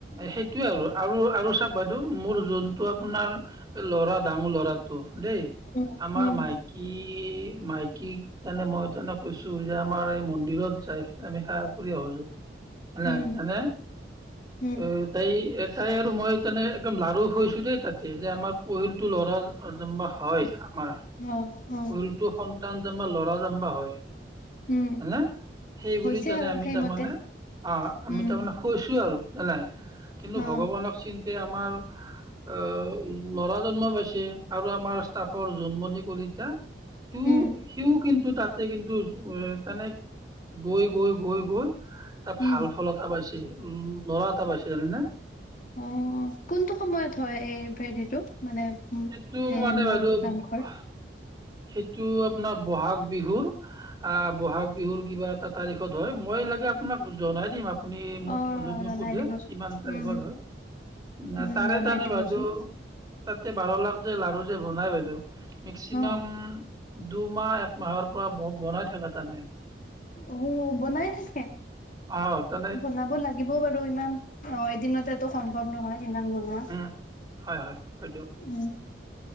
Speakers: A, on the right; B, on the left.
A: সেইটোৱে আৰু আৰু আৰু চাওক বাইদেউ। মোৰ যোনটো আপোনাৰ লৰা ডাঙৰ লৰাটো দেই।
B: উম
A: আমাৰ
B: উম
A: মাই কি মাইকী তানে মই তানে কৈছো যে আমাৰ এই মন্দিৰত যাই, আমি সেৱা কৰি আহো হয় নাই,
B: উম
A: হয় নে?
B: উম
A: এ এই তাই আৰু মই তানে একদম লাৰু হৈছোঁ দেই তাতে, যে আমাৰ পহিলটো ল'ৰা যেনবা হয় আমাৰ,
B: অ অ
A: পহিলতো সন্তান জাম্বা ল'ৰা জাম্বা হয়।
B: উম
A: হেল্ল? সেই বুলি
B: হৈছে
A: তানে
B: আৰু
A: আমি
B: সেইমতে
A: তাৰমানে আ আমি
B: উম
A: তাৰমানে শুইছো আৰু না নাই। কিন্তু
B: অ
A: ভগৱানক চিন্তে আমাৰ আ ল'ৰা জন্ম পাইছে আৰু ষ্টাফৰ জোনমনি কলিতা। সিও
B: উম
A: সিও কিন্তু তাতে কিন্তু তানে গৈ গৈ গৈ গৈ তাক
B: উম
A: ভাল ফল এটা পাইছে, উম ল'ৰা এটা পাইছে জানা নে?
B: অ কোনটো সময়ত হয় এই ক্ৰেডীটো মানে উম
A: সেইটো
B: এ
A: মানে বাইদেউ
B: মোৰ পাকঘৰ।
A: সেইটো আপোনাৰ বহাগ বিহুৰ আহ ব'হাগ বিহুৰ কিবা এটা তাৰিখত হয়, মই লাগা আপোনাক জনাই দিম আপুনি
B: অ
A: মোক যদি
B: জনাই
A: সোধে
B: দিবচোন।
A: কিমান তাৰিখত
B: উম,
A: হয়? না
B: উম
A: তাৰে
B: জনাই
A: তানে
B: দিবচোন।
A: বাইদো তাতে বাৰ লাখ যে লাৰু যে বনাই বাইদেউ মেক্সিমাম
B: অ,
A: দুমাহ, একমাহৰ পৰা ব বনাই থাকা তাৰমানে।
B: উম বনাই থাকে।
A: অ তহঁতে
B: বনাব লাগিবও বাৰু ইমান অ এদিনতেতো সম্ভৱ নহয় ইমান বনোৱা।
A: উম হয় হয় হয় দিয়ক
B: উম।